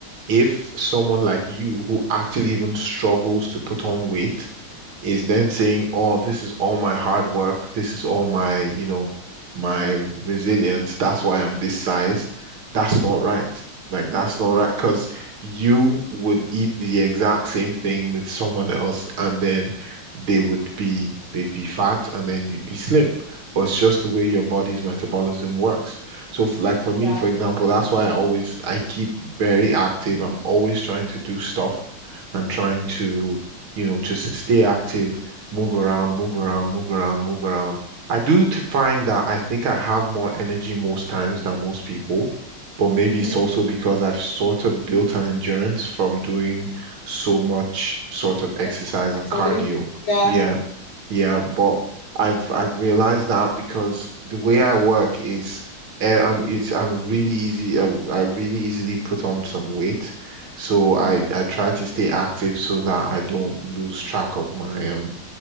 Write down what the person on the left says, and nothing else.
Yeah.
Hmm.
Like activity.
Yeah.
Hmm.